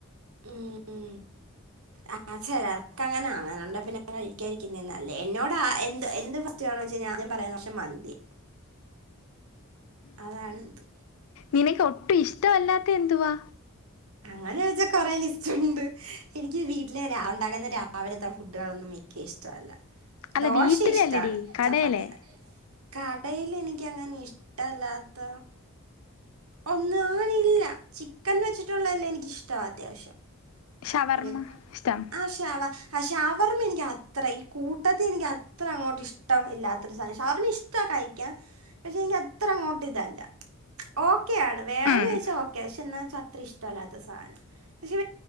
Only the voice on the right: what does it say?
ഉം ഉം ആഹ് ചെലർക്കങ്ങനാ. അങ്ങനുണ്ടെ പിന്നെ കഴിക്ക്യാ ഇരിക്കുന്നെയാ നല്ലെ. എന്നോടാ എന്ത് എന്ത് പ റ്റെ ആണോചോയ്ച്ച ആദ്യം പറയുന്നത് പക്ഷെ മന്തി അതാണ് ത്
അങ്ങനെ ചോയ്ച്ചാ കൊറെ ലിസ്റ്റുണ്ട് എനിക്ക് വീട്ടിലെ രാ ഉണ്ടാക്കുന്ന രാവിലത്തെ ഫുഡുകളൊന്നും വ ക്കിഷ്ടവല്ല
ദോശ
ഇഷ്ടാണ്
ചപ്പാത്തി കടയില് എനിക്കങ്ങനെ ഇഷ്ട്ടല്ലാത്ത ഒന്ന് അങ്ങനെഇല്ല ചിക്കൻ വെച്ചിട്ടുള്ളെല്ലാം എനിയ്ക്കിഷ്ടവാ അത്യാവശ്യം
പിന്നെ
ആഹ് ശ് ഷവ ആഹ ഷവർമ എനിക്കത്ര ഈ കൂട്ടത്തി എനിയ്ക്കത്ര അങ്ങോട്ട് ഇഷ്ടം ഇല്ലാ ത്തൊരു സാനാ ഷവർമ ഇഷ്ടാ കഴിക്കാൻ പക്ഷെ എനിക്കത്രങ്ങോട്ട് ഇതല്ല ഓക്കെ ആണ് വേണന്ന്
ചോദച്ചാൽ ഓക്കെ പക്ഷെ എന്നാെച്ചാ അത്ര ഇഷ്ടല്ലാത്ത സാധനം പക്ഷെ